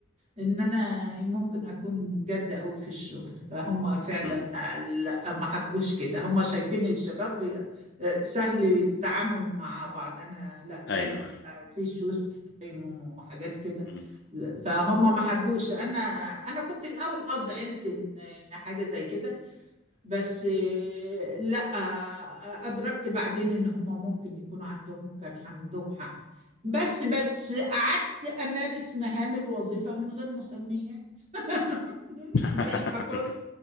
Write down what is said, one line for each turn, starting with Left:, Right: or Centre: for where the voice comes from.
Right: ان انا ممكن اكون جد قوي في الشغل فهم فعلا
Left: امم
Right: لا ما حبوش كده هم شايفين الشباب بي- سهل التعامل مع بعض انا لا جد
Left: أيوه أيوه
Right: مفيش وسط تايم وحاجات كده
Left: امم
Right: فهم ما حبوش انا انا كنت الاول اه زعلت ان حاجة زي كده بس آه، لا آه، أدركت بعدين إن هم ممكن يكون عندهم كان عندهم حق بس بس قعدت أمارس مهام الوظيفة من غير مسميات <laughs>
Left: <laughs>
Right: زي ما كنت